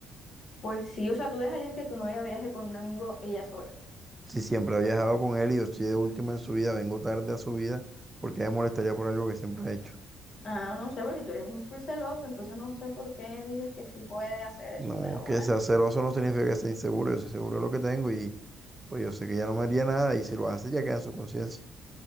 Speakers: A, on the left; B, on the right.
A: Pues sí, o sea, tú dejarías que tu novia viaje con un amigo ella sola.
B: Si siempre he viajado con él y yo estoy de último en su vida, vengo tarde a su vida, porque me molestaría por algo que siempre ha hecho?
A: Ah, no sé, porque tú eres un full celoso, entonces no sé por qué dices que sí puede hacer
B: No,
A: eso, pero
B: que
A: bueno.
B: sea celoso no significa que sea inseguro. Yo soy seguro de lo que tengo y pues yo sé que ya no me haría nada y si lo hace ya queda en su conciencia.